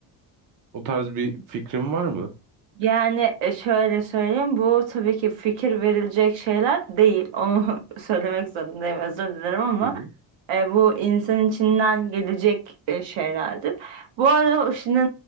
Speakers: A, on the right; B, on the right.
A: O tarz bir fikrin var mı?
B: Yani e, şöyle söyleyeyim bu tabii ki fikir verilecek şeyler değil. Onu <laughs> söylemek zorundayım özür dilerim ama
A: Hı hı.
B: e, bu insan içinden gelecek e, şeylerdir. Bu arada şimdi